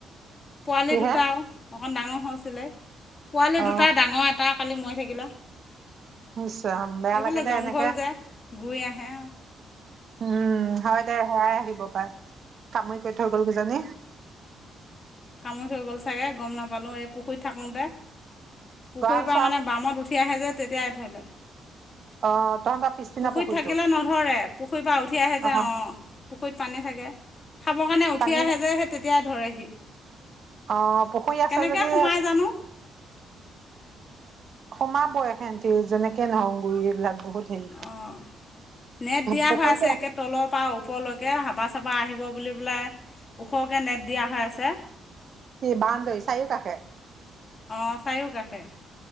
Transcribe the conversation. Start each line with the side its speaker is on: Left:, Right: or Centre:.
Left: পোৱালি
Right: কিহে
Left: দুটাও অকণ ডাঙৰ হৈছিলে পোৱালি
Right: অ
Left: দুটা ডাঙৰ এটা কালি ম থফালে
Right: ইচ ৰাম বেয়া লাগে দে
Left: জংঘল
Right: এনেকে
Left: য গৈ আহে
Right: উম হয় দে সেয়াই আহিব পাই কামুৰি কৰি তানে
Left: কামত হৈ গ'ল চাগে গম নাপালোঁ এই পুখুৰীত থাকোঁতে পুখুৰীৰ
Right: গঁৰাল
Left: পৰা
Right: চৰাল
Left: মানে বামত উঠি আহে যে তেতিয়াই ধৰিলে
Right: অ তহঁতৰ পিছদিনা
Left: পুখুৰীত
Right: পুখুৰীটো
Left: থাকিলে নধৰে পুখুৰীৰ পৰা উঠি আহে যে
Right: অ
Left: অঁ পুখুৰীত পানী থাকে খাবৰ খানে উঠি
Right: পানী
Left: আহে যেহে তেতিয়াাই ধৰেহি
Right: আহ পুখুৰী আছে
Left: কেনেকৈ
Right: যদি
Left: সোমাই জানো
Right: সোমাব এখে্ত যেনেকে নৰ গুৰি এইবিলাক বহুত হেৰি
Left: অঁ নেট দিয়া
Right: পুখুৰীটো
Left: হৈ আছে একে তলৰ পৰা ওপৰলৈকে হাবা চপা আহিব বুলি পেলাই ওখৰকৈ নেট দিয়া হৈ আছে
Right: কি বাউণ্ডৰী চাৰিওকাষে
Left: অ চায়োকা আষে